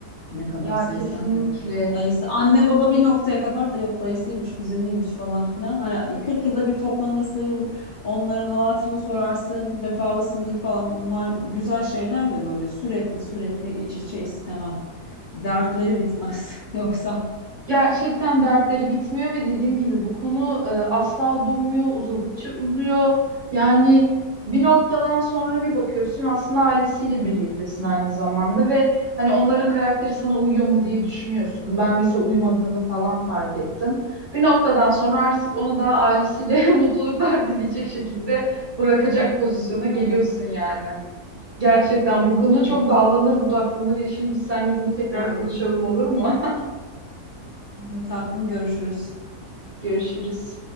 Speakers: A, on the left (about 50°); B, on the right (about 25°).
A: Ne kadar
B: Ya
A: sevsem
B: kesinlikle.
A: de. Dayısı, anne baba bir noktaya kadar da yok dayısıymış, kuzeniymiş falan filan. Hani 40 yılda bir toplanırsın, onların hal hatırını sorarsın, vefalısındır falan. Bunlar güzel şeyler de böyle sürekli sürekli iç içe istemem. Dertleri bitmez. <laughs> Yoksa
B: Gerçekten dertleri bitmiyor ve dediğim gibi bu konu e, asla durmuyor, uzadıkça uzuyor. Yani bir noktadan sonra bir bakıyorsun aslında ailesiyle birliktesin aynı zamanda ve hani onların karakteri sana uyuyor mu diye düşünüyorsun. Ben mesela uymadığını falan fark ettim. Bir noktadan sonra artık onu da ailesiyle <laughs> mutluluklar dileyecek şekilde bırakacak pozisyona geliyorsun
A: evet,
B: yani. Gerçekten bu konu
A: evet,
B: çok dallanır budaklanır. Yeşim biz seninle bunu tekrar
A: evet.
B: konuşalım olur mu?
A: Olur tatlım görüşürüz.
B: <laughs> Görüşürüz.